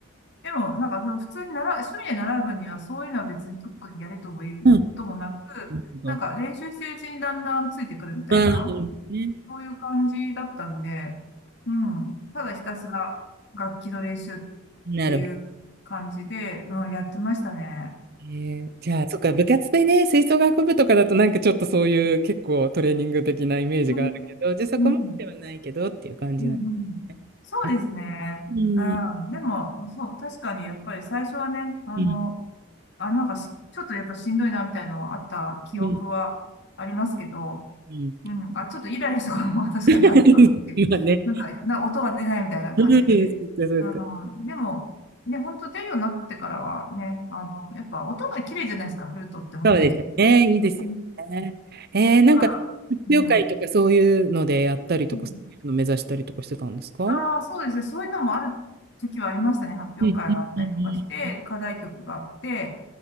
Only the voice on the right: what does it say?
うん。なるほど。
なるほどね。
なるほど
えー、じゃあ、そっか、部活でね、吹奏楽部とかだとなんかちょっとそういう結構トレーニング的なイメージがあるけど、
じゃあそこまではないけどっていう感じなんで
すね。うん、
うん、
うん、<laughs> うん。
<laughs> 今ね。
うん、そっか、そっか。
そうですよね。いいですよね。
えー、なんか、
発表会とかそういうのでやったりとか、
そういうの目指したりとかしてたんですかうん、
うん、うんう